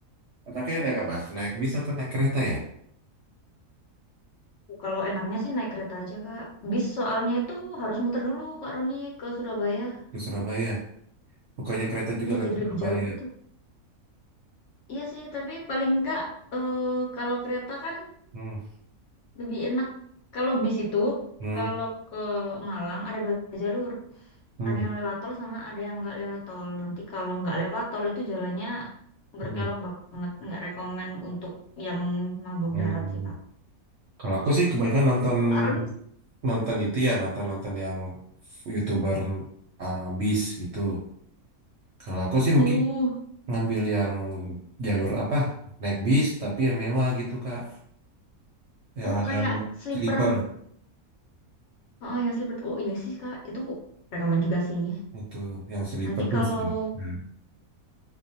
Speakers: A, on the right; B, on the left.
A: anaknya naik apa? Naik bis atau naik kereta ya?
B: Kalau enaknya sih naik kereta aja Kak. Bis soalnya itu harus muter dulu Kak Roni ke Surabaya.
A: Ke Surabaya. Bukannya kereta juga
B: Iya,
A: lewat
B: jadi
A: Surabaya.
B: lebih jauh gitu. Iya sih, tapi paling enggak eh, kalau kereta kan
A: Hmm.
B: lebih enak. Kalau bis itu,
A: Hmm.
B: kalau ke Malang ada dua jalur.
A: Hmm.
B: ada yang lewat tol sama ada yang nggak lewat tol. Nanti kalau nggak lewat tol itu jalannya berkelok
A: Hmm.
B: banget, nggak rekomen untuk yang mabuk
A: Hmm.
B: darat sih Kak.
A: Kalau aku sih kebanyakan nonton
B: Karena
A: nonton itu ya nonton-nonton yang YouTuber uh, bis gitu. Kalau aku sih
B: uh,
A: mungkin ngambil yang jalur apa naik bis tapi yang mewah gitu Kak. Yang
B: oh
A: ada
B: kayak sleeper,
A: sleeper
B: oh ya sleeper, oh iya sih Kak, itu rekomen juga sih.
A: itu yang sleeper
B: Nanti
A: bus
B: kalau
A: ya. Hmm.